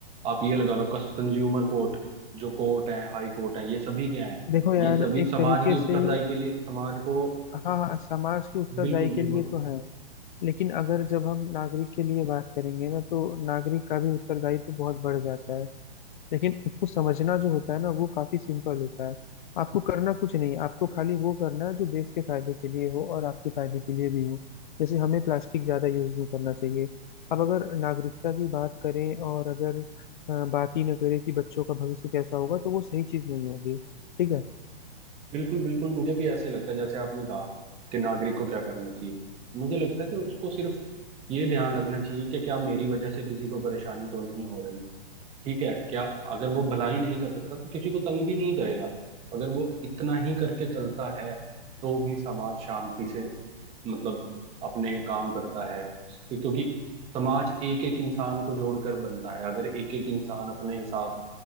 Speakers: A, on the right; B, on the left.
A: आप ये लगा लो कंज्यूमर कोर्ट जो कोर्ट है हाई कोर्ट है ये सभी क्या है
B: देखो यार
A: ये सभी
B: एक
A: समाज
B: तरीके
A: की
B: से
A: उत्तरदायी के लिए समाज को
B: हाँ हाँ, समाज की उत्तरदायी
A: बिल्कुल बिल्कुल
B: के लिए तो है लेकिन अगर जब हम नागरिक के लिए बात करेंगे ना तो नागरिक का भी उत्तरदायित्व बहुत बढ़ जाता है लेकिन उसको समझना जो होता है ना वो काफी सिंपल होता है आपको करना कुछ नहीं आपको खाली वो करना है जो देश के फायदे के लिए हो और आपके फायदे के लिए भी हो जैसे हमें प्लास्टिक ज्यादा यूज नहीं करना चाहिए अब अगर नागरिकता की बात करें और अगर अ, बात ही न करें कि बच्चों का भविष्य कैसा होगा तो वो सही चीज नहीं होगी ठीक है
A: बिल्कुल बिल्कुल मुझे भी ऐसे लगता है जैसे आपने कहा कि नागरिक को क्या करना चाहिए मुझे लगता है कि उसको सिर्फ ये ध्यान रखना चाहिए कि क्या मेरी वजह से किसी को परेशानी तो नहीं हो रही ठीक है क्या अगर वो भलाई नहीं कर सकता तो किसी को तंग भी नहीं करेगा अगर वो इतना ही करके चलता है तो भी समाज शांति से मतलब अपने काम करता है फिर क्योंकि समाज एक एक इंसान को जोड़कर बनता है अगर एक एक इंसान अपने हिसाब